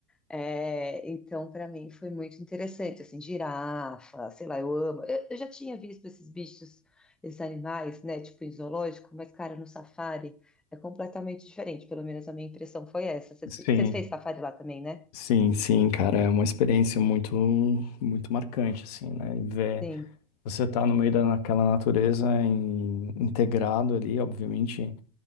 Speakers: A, in the centre; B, on the left.
A: É, então, para mim foi muito interessante, assim, girafa, sei lá, eu amo. Eu, eu já tinha visto esses bichos, esses animais, né, tipo em zoológico, mas, cara, no safari é completamente diferente, pelo menos a minha impressão foi essa. Você
B: Sim,
A: você fez safari lá também, né?
B: sim, sim, cara, é uma experiência muito, muito marcante, assim, né? E Ver
A: Sim.
B: Você está no meio daquela natureza em- integrado ali, obviamente,